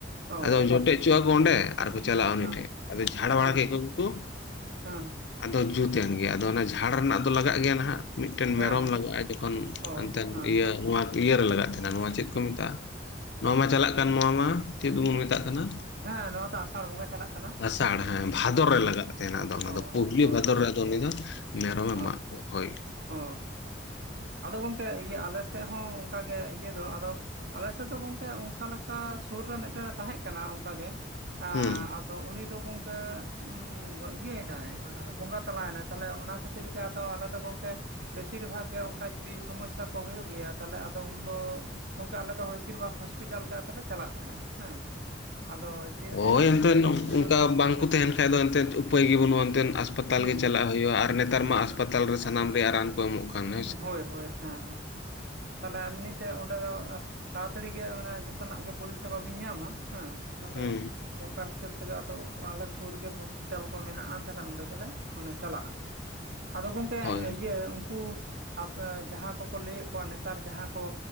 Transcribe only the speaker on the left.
ᱟᱫᱚ ᱡᱚᱴᱮᱫ ᱪᱚ ᱟᱠᱚ ᱚᱸᱰᱮ ᱟᱨ ᱠᱚ ᱪᱟᱞᱟᱜᱼᱟ ᱩᱱᱤ
ᱴᱷᱮᱡ, ᱟᱫᱚ ᱡᱷᱟᱲ
ᱵᱟᱲᱟ ᱠᱮᱫ ᱠᱚᱜ ᱠᱚ,
ᱟᱫᱚ ᱡᱩᱛ ᱮᱱ ᱜᱮ ᱟᱫᱚ ᱚᱱᱟ ᱡᱷᱟᱲ ᱨᱮᱱᱟᱜ ᱫᱚ ᱞᱟᱜᱟᱜ ᱜᱮᱭᱟ ᱱᱟᱦᱟᱜ ᱢᱤᱫᱴᱮᱱ
ᱢᱮᱨᱚᱢ
ᱞᱟᱜᱟᱜᱼᱟᱭ ᱡᱚᱠᱷᱚᱱ
ᱮᱱᱛᱮᱱ
ᱤᱭᱟᱹ ᱱᱚᱣᱟ ᱤᱭᱟᱹ ᱨᱮ ᱞᱟᱜᱟᱜ ᱛᱟᱸᱦᱮᱱᱟ ᱱᱚᱣᱟ ᱪᱮᱫ ᱠᱚ ᱢᱮᱛᱟᱜᱼᱟ ᱱᱚᱣᱟ ᱢᱟ ᱪᱟᱞᱟᱜ ᱠᱟᱱ ᱱᱚᱣᱟ ᱢᱟ ᱪᱮᱫ ᱵᱚᱱ ᱢᱮᱛᱟᱜ ᱠᱟᱱᱟ
ᱟᱥᱟᱲ ᱦᱮᱸ ᱵᱷᱟᱫᱚᱨ ᱨᱮ ᱞᱟᱜᱟᱜ ᱛᱟᱸᱦᱮᱱᱟ ᱟᱫᱚ ᱫᱚ ᱚᱱᱟ
ᱫᱚ ᱯᱩᱦᱞᱤ
ᱵᱷᱟᱫᱚᱨ
ᱨᱮ ᱫᱚ ᱩᱱᱤ ᱫᱚ ᱢᱮᱨᱚᱢᱮ
ᱢᱟᱜ ᱠᱚᱣᱟ ᱦᱳᱭ᱾
ᱦᱩᱸ
ᱦᱳᱭ
ᱮᱱᱛᱮᱫ
ᱚᱱᱠᱟ
ᱵᱟᱝᱠᱚ
ᱛᱟᱸᱦᱮᱱ ᱠᱷᱟᱡ ᱫᱚ ᱮᱱᱛᱮᱫ ᱩᱯᱟᱹᱭ ᱜᱮ ᱵᱟᱹᱱᱩᱜᱼᱟ ᱮᱱᱛᱮᱫ ᱟᱥᱯᱟ ᱛᱟᱞ
ᱜᱮ ᱪᱟᱞᱟᱜ ᱦᱩᱭᱩᱜᱼᱟ, ᱟᱨ ᱱᱮᱛᱟᱨ ᱢᱟ ᱟᱥᱯᱟᱛᱟᱞ ᱨᱮ ᱥᱟᱱᱟᱢ ᱨᱮᱱᱟᱜ ᱨᱟᱱ ᱠᱚ ᱮᱢᱚᱜ ᱠᱟᱱᱟ᱾
ᱦᱩᱸ
ᱦᱳᱭ